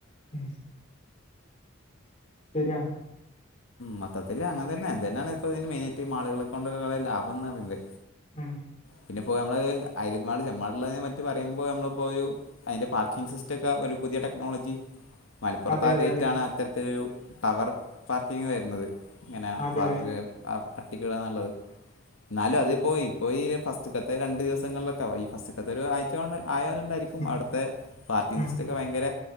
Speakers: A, on the left; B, on the left.
A: മ്മ് ശരിയ
B: മൊത്തത്തില് അങ്ങനെന്നെ ന്തിനാണ് ഇപ്പോ ഇതിന് മെയിനായിട്ട് മാള്കളക്കൊണ്ട് ലാഭം എന്ന് പറയുന്നത്
A: ഉം
B: പിന്നെപ്പോ നമ്മള് ഹൈലൈറ്റ് ചെ്മാട്ട്ള്ളെ പറ്റി പറയ്മ്പോ നമ്മളിപ്പോ ഒരു അയ്ന്റെ പാർക്കിംഗ് സിസ്റ്റക്കെ ഒരു പുതിയ ടെക്നോളജി മൽപ്പൊർത്താദ്യായാട്ടാണ്
A: അതെ അതെ അതെ
B: അത്തരത്തിലൊരു ടവർ പാർക്കിങ് വരുന്നത്. ഇങ്ങനെ <unintelligible>
A: അതെ അതെ
B: അട്ടിക്കിടാന്നിള്ളത്. എന്നാലും അതിപ്പോയി ഇപ്പോ ഫസ്റ്റികത്തെ രണ്ട് ദിവസങ്ങൾലൊക്കെ ഈ ഫസ് അതൊരു ആയ്ചൊ ആയാ തായിരിക്കും
A: ഉം
B: ആട്ത്തെ പാർട്ടീസിസ്റ്റൊക്കെ
A: ഉം
B: ഭയ്ങ്കര